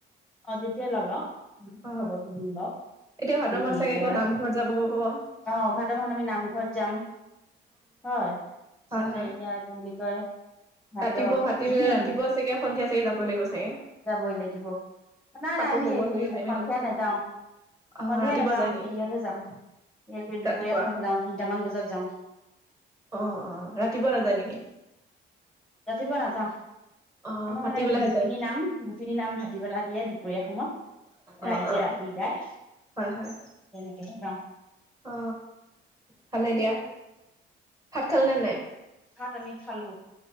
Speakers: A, in the centre; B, on the right.
A: অ যেতিয়া লগাও
B: অ
A: খবৰটো দিম বাৰু,
B: এতিয়া ভাদ
A: তুমি
B: মাহত
A: হেৰি
B: চাগে
A: কৰিবা।
B: আকৌ নামঘৰত যাব পাব অ
A: অ ভাদ মাহত আমি নামঘৰত যাম। হয় পিছতে
B: হয় হয়
A: ইয়াৰ কি বুলি কয় ভাদ
B: ৰাতিপুৱা
A: আহিন
B: ভাটি হয়, ৰাতিপুৱা চাগে সন্ধিয়া চাগে যাব লাগিব চাগে?
A: যাবই লাগিব নাই
B: কাপোৰ
A: নাই আমি
B: বব
A: এ হেৰি
B: চাগে টাইমে
A: সন্ধিয়া
B: নাপাব
A: নাযাওঁ।
B: অ
A: সন্ধিয়া
B: ৰাতিপুৱা
A: নাযাওঁ
B: যায় নেকি
A: হেৰিয়তহে যাম, এ তোৰ দুপৰীয়া
B: ৰাতিপুৱা
A: সময়তহে যাওঁ, তিনিটামান বজাত যাওঁ।
B: অহ অহ ৰাতিপুৱা নাযায় নেকি?
A: ৰাতিপুৱা নাযাওঁ,
B: অ
A: আমাৰ
B: ভাটিবেলাহে
A: মানে সেই গোপিনী
B: যায়
A: নাম গোপিনীৰ নাম ভাটি বেলা দিয়ে দুপৰীয়া সময়ত।
B: অ
A: ৰাইজে
B: অ
A: ৰাতি গায়,
B: হয় হয়
A: তেনেকেহে গাওঁ।
B: অ, ভালে দিয়া, ভাত খালেনে নাই?
A: ভাত আমি খালো।